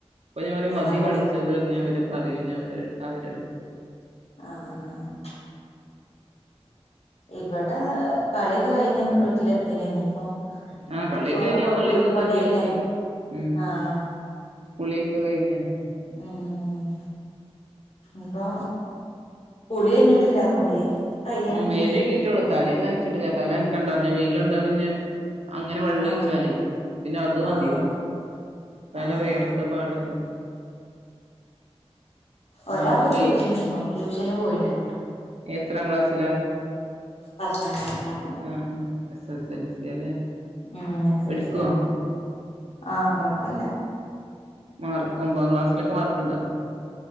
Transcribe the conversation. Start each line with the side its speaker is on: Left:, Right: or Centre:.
Right: അപ്പൊ ഞാൻ പറയും
Left: തന്നെ
Right: മതി
Left: കൊറ
Right: കളിച്ചെ ച്ചത് പർഞ്ഞ് അവരെ പറയു ഇനി അവര് അവരെടുത്ത്
Left: ആഹ് ആഹ് ഇവടെ വേ കളിയൊക്കെ കഴിഞ്ഞ് വീട്ടിലെത്തി പിന്നെ ഇനിപ്പോ
Right: ആ കളിയൊക്കെ
Left: ചോറൊക്കെ
Right: കഴിഞ്ഞു
Left: കൊടുക്ക്‌
Right: കളിയൊക്കെ
Left: ഒരു മണിയായില്ലേ
Right: മതിയാക്കി ഉം
Left: ആഹ്
Right: കുളിയൊക്കെ കഴിഞ്ഞ്
Left: ഉം ഉം ഇപ്പൊ കുളി കഴിഞ്ഞിട്ടില്ല കുളി കയ്യാണ്ട്
Right: ഉം മേലഴീകിട്ടോളൂ
Left: ഇനി
Right: തലേന്ന് നനച്ചിട്ടില്ലേ തല നനക്കാണ്ടറിഞ്ഞ് വെയിലുണ്ടാ പിന്നെ അങ്ങനെ വെള്ളൊഴിച്ചാല്
Left: ആഹ്
Right: പിന്നെ അത് മതി.
Left: ആഹ്
Right: തല
Left: ആഹ്
Right: വിയർത്തപാട്
Left: ആഹ് ഒരാക്ക്
Right: ആ
Left: ട്യൂഷനുംണ്ട്
Right: വെയിൽ
Left: ട്യൂഷന് പോയിന്
Right: എത്രാം ക്ലാസ്സിലാ
Left: പത്താം ക്ലാസ്സിലാ
Right: ആഹ് ആഹ് എസ് എസ് എൽ സി അല്ലെ
Left: ഉം എസ്
Right: പഠിക്കുവോ
Left: എൽ സി ആണ് ആഹ് കൊഴപ്പല്ല
Right: മാർക്ക് ഒമ്പതാം ക്ലാസിലൊക്കെ മാർക്ക്ണ്ടോ